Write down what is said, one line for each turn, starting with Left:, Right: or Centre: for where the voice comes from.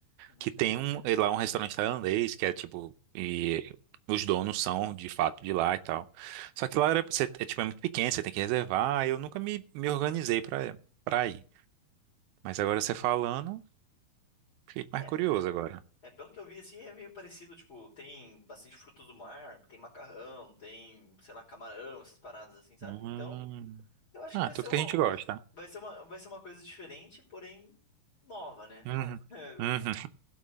Left: Uhum.
Right: que tem um, eh, lá um restaurante tailandês, que é tipo, e os donos são de fato de lá e tal. Só que lá era, você- é, tipo, é muito pequeno, você tem que reservar, e eu nunca me, me organizei pra, pra ir. Mas agora você falando, fiquei mais
Left: É,
Right: curioso agora.
Left: é, pelo que eu vi, assim, é meio parecido, tipo, tem bastante frutos do mar, tem macarrão, tem, sei lá, camarão, essas paradas assim, sabe?
Right: Hum.
Left: Então, eu acho
Right: Ah,
Left: que vai
Right: tudo
Left: ser uma,
Right: que a gente gosta.
Left: vai ser uma, vai ser uma coisa diferente, porém nova, né?
Right: Uhum.
Left: <laughs>
Right: Uhum.